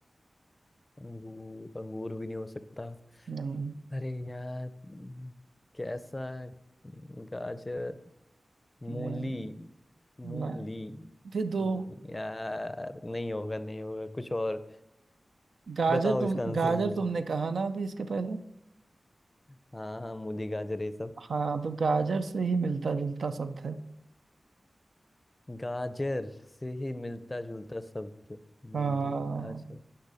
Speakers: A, on the left (about 25°); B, on the right (about 80°).
A: अंगूर अंगूर भी नहीं हो सकता
B: नहीं
A: अरे यार हम्म, कैसा है? गाजर मूली
B: नहीं
A: मूली
B: ना- फिर दो
A: नहीं यार नहीं होगा नहीं होगा कुछ और
B: गाजर
A: बताओ
B: तुम
A: इसका आंसर
B: गाजर
A: मुझे
B: तुमने कहा ना अभी इसके पहले
A: हाँ हाँ मूली गाजर ये सब
B: हाँ तो गाजर से ही मिलता जुलता शब्द है
A: गाजर से ही मिलता जुलता शब्द
B: हाँ
A: मूली गाजर